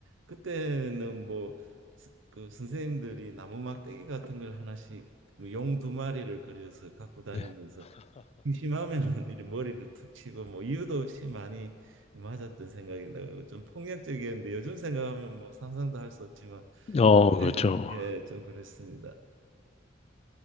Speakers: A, on the right; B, on the left.
A: 그때는 뭐 그 선생님들이 나무 막대기 같은 걸 하나씩 뭐 용두 마리를 그려서 갖고 다니면서
B: 네.
A: 심하면은 <laughs> 이제 머리를 툭 치고 뭐 이유도 없이 많이 맞았던 생각이 나고 좀 폭력적이었는데 요즘 생각하면 뭐 상상도 할 수 없지만
B: 어, 그렇죠.
A: 그때는 예, 좀 그랬습니다.